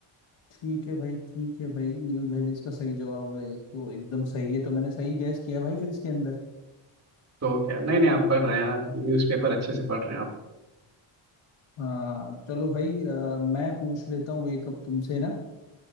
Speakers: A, on the left; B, on the right.
A: ठीक है भाई ठीक है भाई न्यू दिल्ली इसका सही जवाब है ये तो एकदम सही है तो मैंने सही गैस किया भाई फिर इसके अंदर
B: तो क्या नहीं नहीं आप पढ़ रहे हैं न्यूज़पेपर अच्छे से पढ़ रहे हैं आप
A: हाँ चलो भाई अ, मैं पूछ लेता हूँ एक अब तुमसे ना